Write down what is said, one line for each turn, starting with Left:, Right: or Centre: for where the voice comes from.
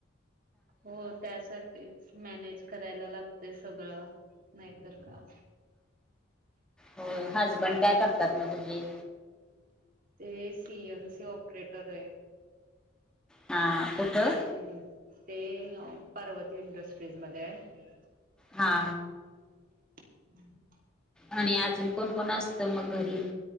Right: हो. त्यासाठीच मॅनेज करायला लागतय सगळं नाहीतर काय?
Centre: हो. हजबंड काय करतात म तुझे?
Right: ते सी एम सी ऑपरेटर आहेत.
Centre: हा. कुठं?
Right: हम्. ते पार्वती इंडस्ट्रीज मध्ये आहे.
Centre: हा.
Right: हम्.
Centre: आणि अजून कोण कोण असत मग घरी?